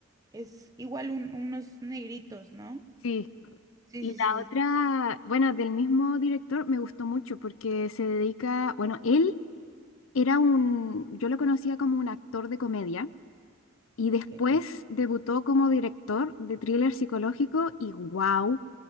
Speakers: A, on the right (about 15°); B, on the left (about 70°).
A: es igual un- unos negritos, ¿no?
B: sí.
A: Sí,
B: Y
A: sí,
B: la
A: sí,
B: otra,
A: sí. sí.
B: bueno, del mismo director me gustó mucho porque se dedica, bueno, él era un, yo lo conocía como un actor de comedia y
A: Ok,
B: después debutó como director de thriller psicológico y wow,